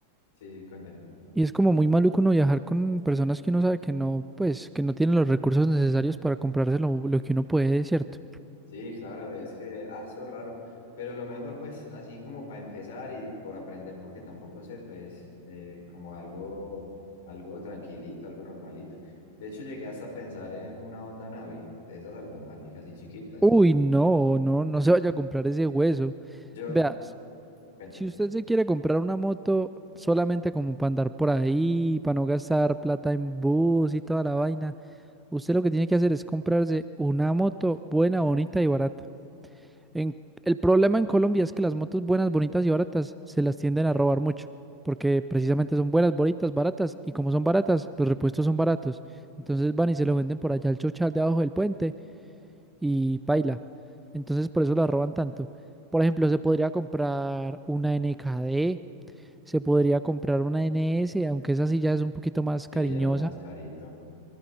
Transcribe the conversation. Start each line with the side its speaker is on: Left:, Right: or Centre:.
Left: Sí, sí, cuénteme.
Centre: y es como muy maluco uno viajar con personas que uno sabe que no, pues, que no tienen los recursos necesarios para comprarse lo, lo que uno puede, ¿cierto?
Left: Sí, claro, es que, ah, eso es raro, pero lo mejor pues así como para empezar y por aprender, porque tampoco sé, pues eh, como algo, algo tranquilito, algo normalito. De hecho, llegué hasta a pensar en una Honda Navi, de esas automáticas y chiquitas.
Centre: Uy, no, no, no se vaya a comprar ese hueso.
Left: Yo,
Centre: Veas.
Left: cuénteme.
Centre: Si usted se quiere comprar una moto solamente como para andar por ahí, para no gastar plata en bus y toda la vaina, usted lo que tiene que hacer es comprarse una moto buena, bonita y barata. En- el problema en Colombia es que las motos buenas, bonitas y baratas se las tienden a robar mucho, porque precisamente son buenas, bonitas, baratas, y como son baratas, los repuestos son baratos. Entonces van y se lo venden por allá al chochal de abajo del puente y paila. Entonces por eso las roban tanto. Por ejemplo, se podría comprar una N K D se podría comprar una NS, aunque esa sí ya es un poquito más
Left: Sí,
Centre: cariñosa,
Left: ya es más carito.